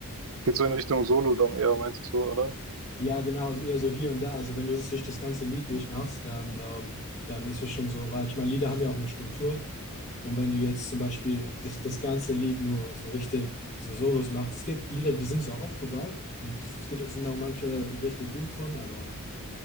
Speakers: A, on the right; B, on the left.
A: geht so in Richtung Solo dann eher, meinst du, oder?
B: ja genau, also eher so hier und da, also wenn du das durch das ganze Lied durchmachst, dann, ähm, dann ist es schon so, weil ich meine, Lieder haben ja auch eine Struktur und wenn du jetzt zum Beispiel das, das ganze Lied nur so richtig so Solos machst, es gibt Lieder, die sind so aufgebaut und die, es gibt, es sind auch manche richtig gut von, aber